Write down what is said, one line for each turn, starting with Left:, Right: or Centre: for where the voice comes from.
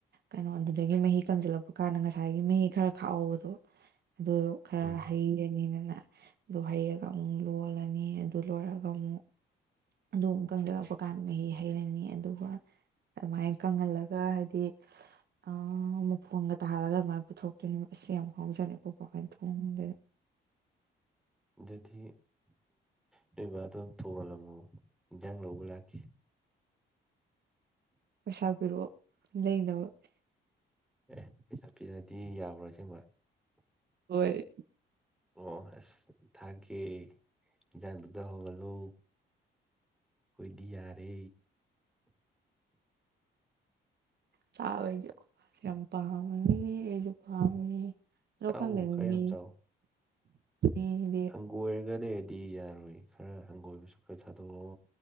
Right: ꯀꯩꯅꯣ ꯑꯗꯨꯗꯒꯤ ꯃꯍꯤ ꯀꯪꯁꯤꯜꯂꯛꯄ ꯀꯥꯟꯗ ꯉꯁꯥꯏꯒꯤ ꯃꯍꯤ ꯈꯔ ꯈꯥꯛꯍꯧꯕꯗꯣ ꯑꯗꯨꯗꯣ ꯈꯔ
Centre: ꯎꯝ
Right: ꯍꯩꯔꯅꯤꯗꯅ ꯑꯗꯨ ꯍꯩꯔꯒ ꯑꯃꯨꯛ ꯂꯣꯜꯂꯅꯤ ꯑꯗꯨ ꯂꯣꯏꯔꯒ ꯑꯃꯨꯛ ꯑꯗꯨꯃꯨꯛ ꯀꯪꯗꯔꯛꯄ ꯀꯥꯟꯗ ꯃꯍꯤ ꯍꯩꯔꯅꯤ ꯑꯗꯨꯒ ꯑꯗꯨꯃꯥꯏ ꯀꯪꯍꯜꯂꯒ ꯍꯥꯏꯗꯤ ꯑ ꯃꯐꯣꯟꯒ ꯇꯥꯍꯜꯂꯒ ꯑꯗꯨꯃꯥꯏꯅ ꯄꯨꯊꯣꯛꯇꯣꯏꯅꯦꯕ ꯑꯁ ꯌꯥꯝ ꯍꯥꯎꯖꯥꯅꯤ ꯑꯩꯈꯣꯢ ꯄꯥꯍꯣꯢꯅ ꯊꯣꯡꯕꯗꯤ
Centre: ꯑꯗꯨꯗꯤ ꯅꯣꯏꯕꯥ ꯑꯗꯨꯝ ꯊꯣꯡꯍꯜꯂꯝꯃꯣ ꯏꯟꯖꯥꯡ ꯂꯧꯕ ꯂꯥꯛꯀꯦ
Right: ꯄꯩꯁꯥ ꯄꯤꯔꯛꯑꯣ ꯂꯩꯅꯕ
Centre: ꯑꯦ ꯄꯩꯁꯥ ꯄꯤꯔꯗꯤ ꯌꯥꯕ꯭ꯔꯣ ꯑꯁꯦꯡꯕ
Right: ꯍꯣꯏ
Centre: ꯑꯣ ꯑꯁ ꯊꯥꯔꯛꯀꯦ ꯏꯟꯖꯥꯡꯗꯨꯗ ꯍꯥꯎꯍꯜꯂꯣ ꯑꯩꯈꯣꯏꯗꯤ ꯌꯥꯔꯦ
Right: ꯆꯥꯕꯩꯗꯤ ꯌꯥꯝ ꯄꯥꯝꯃꯅꯤ ꯑꯩꯁꯨ ꯄꯥꯝꯃꯦ ꯂꯣꯈꯪꯗꯅ
Centre: ꯆꯥꯎ ꯈꯔ
Right: ꯃꯤ
Centre: ꯌꯥꯝ ꯆꯥꯎ
Right: ꯎꯝ <inaudible>
Centre: ꯍꯪꯒꯣꯏꯔꯒ ꯂꯩꯔꯗꯤ ꯌꯥꯔꯣꯏ ꯈꯔ ꯍꯪꯒꯣꯏꯕꯁꯨ ꯈꯔ ꯊꯥꯗꯣꯛꯑꯣ